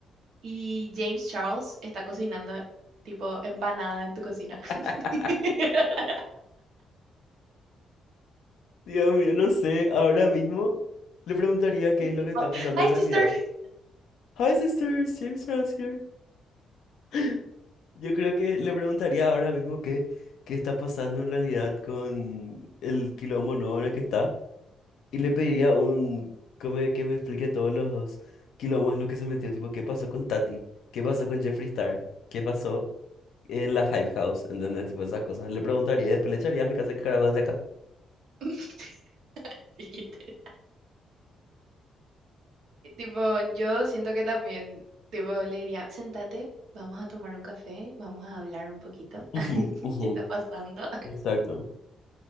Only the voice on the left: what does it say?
<laughs>
Dios mío, no sé, ahora mismo le preguntaría qué
es lo que está pasando
en realidad.
Hi sisters, James Ross here. <laughs> Yo creo que le preguntaría ahora mismo qué, qué está pasando en realidad con el quilombo nuevo en el que está. Y le pediría un que me, que me explique todos los quilombos en los que se metió. Tipo, ¿qué pasó con Tati? ¿Qué pasó con Jeffree Star? ¿Qué pasó en la Hype House? ¿Entendés? Tipo esas cosas. Le preguntaría y después le echaría a mi casa qué carajo hace acá.
Ujú,
ujú,
Exacto.